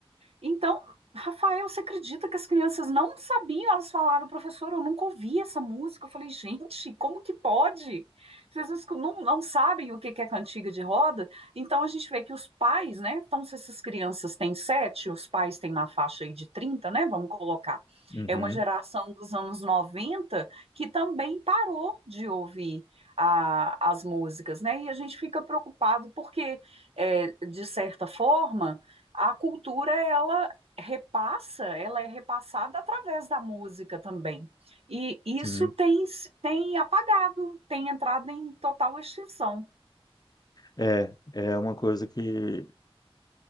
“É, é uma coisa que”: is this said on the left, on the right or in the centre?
Left